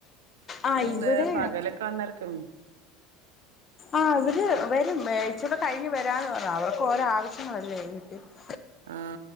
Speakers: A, on the left; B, on the right.
A: ആ
B: എന്താ
A: ഇവിടെ
B: പകലൊക്കെ വന്ന് കെടക്കുള്ളു
A: ആഹ് ഇവര് വരും ഇച്ചൂടെ കഴിഞ്ഞ് വരാന്ന് പറഞ്ഞ് അവർക്കും ഓരോ ആവശ്യങ്ങൾ അല്ലേ വീട്ടിൽ
B: ആഹ്